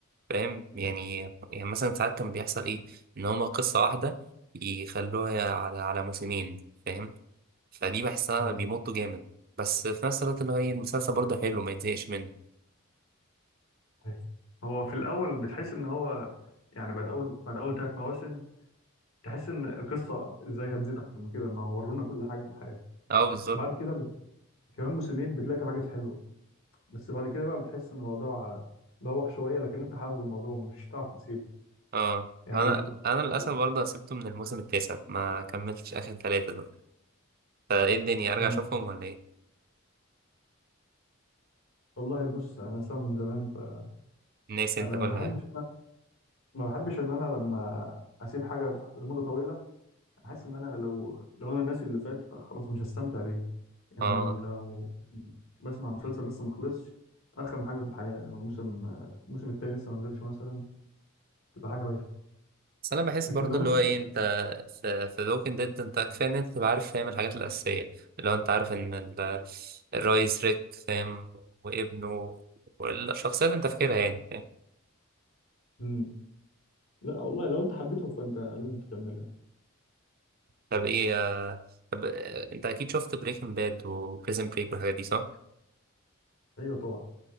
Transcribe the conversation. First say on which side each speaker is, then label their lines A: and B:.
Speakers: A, on the right (about 45°); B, on the left (about 75°).
A: فاهم يعني يعني مثلا ساعات كان بيحصل ايه ان هما قصه واحده يخلوها على على موسمين فاهم فدي بحسها
B: هاي.
A: بيمطوا جامد بس في نفس الوقت اللي هو ايه المسلسل برضه حلو ما يتزهقش منه
B: أيوة. هو في الأول بتحس إن هو يعني بعد أول بعد أول ثلاث مواسم تحس إن القصة إزاي هتزيد أكتر من كده ما ورونا كل حاجة في الحياة
A: اه بالظبط
B: بعد كده بت... كمان موسمين بتلاقي في حاجات حلوة بس بعد كده بقى بتحس إن الموضوع بوخ شوية لكن أنت حابب الموضوع مش هتعرف تسيبه
A: اه
B: يعني
A: انا
B: ب...
A: انا للاسف
B: ب-
A: برضه سبته من الموسم التاسع ما كملتش اخر ثلاثة دول فايه الدنيا ارجع
B: مم.
A: اشوفهم ولا ايه
B: والله بص أنا سامع من زمان فأنا
A: ناسي
B: ما
A: انت كل
B: بحبش
A: حاجة
B: ما بحبش إن أنا لما أسيب حاجة لمدة طويلة حاسس ان انا لو لو انا الناس اللي فات فخلاص مش هستمتع بيه يعني
A: اه
B: لو بسمع مسلسل لسه ما خلصش ارخم حاجه في الحياه لو الموسم الموسم التاني لسه ما نزلش مثلا تبقى حاجه بايخه
A: بس انا بحس
B: لكن
A: برضه
B: لو
A: اللي
B: انت
A: هو ايه انت في في ووكينج ديد انت كفايه ان انت تبقى عارف فاهم الحاجات الاساسيه اللي هو انت عارف ان ال- الرئيس ريك فاهم وابنه والشخصيات انت فاكرها يعني
B: مم. لا والله لو انت حبيته فانت لازم تكملها
A: طب ايه آه، طب آه، انت اكيد شفت بريكنج باد وبريزن بريك والحاجات دي صح؟
B: ايوه طبعا